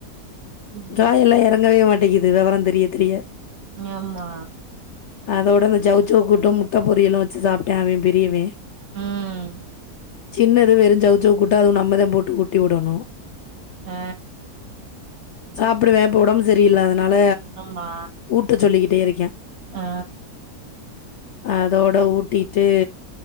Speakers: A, on the right; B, on the left.
A: ம்
B: காயெல்லா எறங்கவே மாட் டேகிது வெவொரொ தெரிய தெரிய
A: ஆமா
B: அதோட அந்த சௌசௌ கூட்டு முட்ட பொரியலு வச்சு சாப்ட்டா அவெ பெரியவெ
A: ம்
B: சின்ன வெறுஞ் சௌசௌ கூட்டு அது நம்மதா போட்டு ஊட்டி விடணு
A: ஆ
B: சாப்டுவே இப்ப ஒடம்பு சரியில்லாத் னால
A: ஆமா
B: ஊட்டச் சொல்லிக்கிட்டே இருக்கா
A: ஆ
B: அ தோட ஊட்டிட்டு